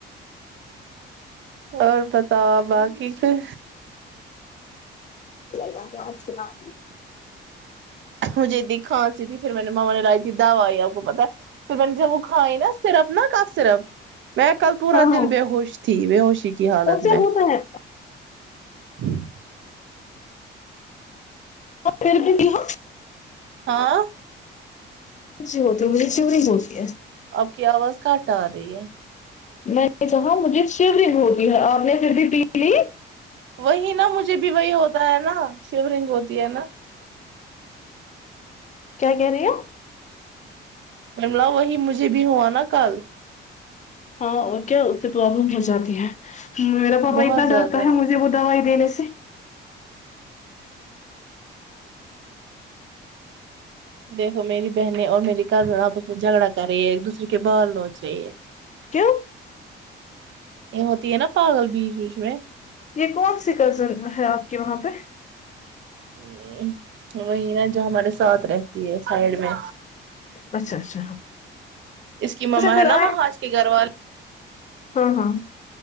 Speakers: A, on the right; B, on the left.
A: اور بتاو باقی کھر
B: وا کہ اس کے نپ
A: مجھے تنی کھانسی تھی پھر میں نے ماما نے لائی تھی دوائی آپ کو پتا پھر میں نے جب وہ کھائی نا سرپ نا کاف سرپ میں کل پورا
B: ہاں ہاں
A: دن بےیہوش تھی بیہوشی کی حالت
B: ان سے
A: میں
B: ہوتا ہے
A: ہاں
B: پیر بھی کی ہ
A: ہاں
B: ی ہوتی مجے چیوری ہوتی ہے
A: آپ کی آواز کاٹ آ رہی ہے
B: میں نے کہا مجھے شو دن ہوتی ہے آپ نے پھر بھی پیلی
A: وہی نا مجھے بھی وہی ہوتا ہے نا شیورنگ ہوتی ہے نا
B: کیا کہہ رہے ہو
A: مملا وہی مجھے بھی ہوا نا کل
B: ہاں اور کیا اتے پرابلم ہو جاتی ہے میر پاپا
A: بہت
B: اتنا
A: زیادہ
B: ڈرتا ہے مجے بھا دنے سے
A: دیکھو میری بہنیں اور میری کزن آپ اس میں جھگڑا کر رہی ہیں ایک دوسرے کے بال نوچ رہی ہے
B: کیوں
A: یہ ہوتی ہے نا پاگل بیچ بیچ میں
B: یہ کون سی کزن ہے آپ کے وہاں پہ
A: ا وہی نا جو ہمارے ساتھ رہتی ہے سائڈ میں
B: اچھا اچھا
A: اس کی مما
B: پھر
A: ہے نا
B: آئے
A: وہاں اس کے گھر والے
B: ہاں ہاں